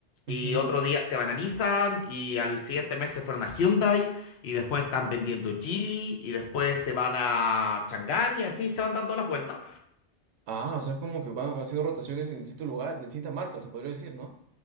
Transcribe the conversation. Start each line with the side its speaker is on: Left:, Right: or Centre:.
Right: Ujú.
Left: y otro día se van a Nissan y al siguiente mes se fueron a Hyundai y después están vendiendo Geely y después se van a Chang'an y así se van dando las vueltas.
Right: Ah, o sea, es como que van haciendo rotaciones en distintos lugares, distintas marcas, se podría decir, ¿no?